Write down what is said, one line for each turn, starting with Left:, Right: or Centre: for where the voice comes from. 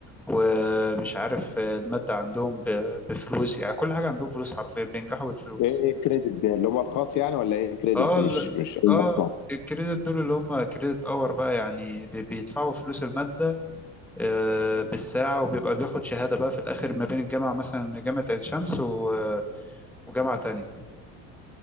Centre: ومش عارف المادة عندهم ب- بفلوس يعني كل حاجة عندهم فلوس حرفيا بينجحوا بالفلوس
Left: ايه ايه الكريدت ده اللي هو الخاص يعني ولا ايه الكريدت
Centre: اه
Left: ده
Centre: ال-
Left: مش مش أول
Centre: اه
Left: مرة أسمع.
Centre: الكريدت دول اللي هم كريدت اور بقى يعني بي- بيدفعوا فلوس المادة آه، بالساعة وبيبقى بياخد شهادة بقى في الآخر ما بين الجامعة مثلا جامعة عين شمس و- وجامعة تانية